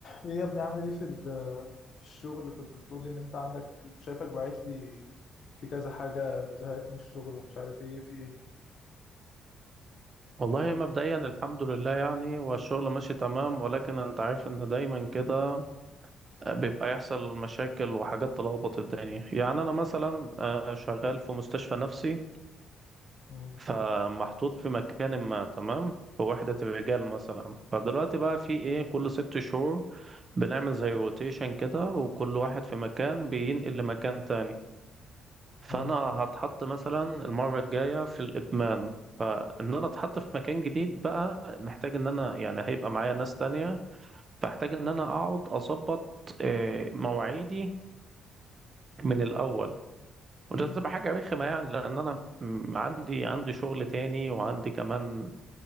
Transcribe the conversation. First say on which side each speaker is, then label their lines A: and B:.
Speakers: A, on the left; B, on the right.
A: ايه يا ابني عامل ايه في ال- في الشغل اللي كنت بتقول لي ان انت عندك شايفك باعت لي في كذا حاجه وزهقت من الشغل ومش عارف ايه في ايه
B: والله مبدئيا الحمد لله يعني والشغل ماشي تمام ولكن انت عارف ان دايما كده بيبقى يحصل مشاكل وحاجات تلخبط الدنيا يعني انا مثلا آه، شغال في مستشفى نفسي
A: مم.
B: فمحطوط في مكان ما تمام في وحدة الرجال مثلا فدلوقتي بقى في ايه كل ست شهور بنعمل زي روتيشن كده وكل واحد في مكان بينقل لمكان تاني فانا
A: مم.
B: هتحط مثلا المره الجايه في الادمان فان انا اتحط في مكان جديد بقى محتاج ان انا يعني هيبقى معايا ناس تانية فاحتاج ان انا اقعد اظبط آه، مواعيدي من الاول وده
A: مم.
B: تبقى حاجه رخمه يعني لان انا م، عندي عندي شغل تاني وعندي كمان